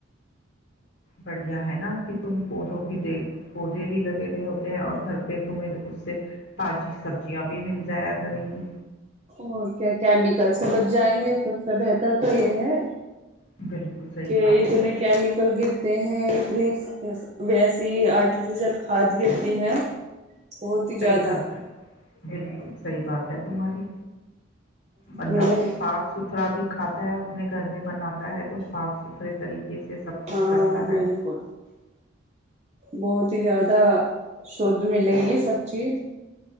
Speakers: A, on the left; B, on the right.
A: بڑھیا ہے نا کہ تم پودوں کی دیک پودے بھی لگے ہوئے ہوتے ہیں اور گھر پہ تمیں اس سے تازی سبزیاں بھی مل جایا کریں گی
B: اور کیا کیمیکل سے بچ جائیں گے سب سے بہتر تو یہ ہے
A: بالکل صحیح
B: کہ
A: کہا
B: اتنے
A: تم نے
B: کیمکل گ تے ہیں ات ویسٹ ت آرٹیفیشیل کھاد گتی ہے بہت ہی زیادہ
A: سحی بات ہے بالکل صحی بات ہے سماری بندہ
B: میں
A: صاف ستھرا بھی کھاتا ہے اپنے گھر میں بناتا ہے تو صاف ستھرے طریقے سے سب کچھ
B: ہاں
A: کرتا
B: بالکل
A: ہے
B: بہت زیادہ شھ ملے گی سب چیز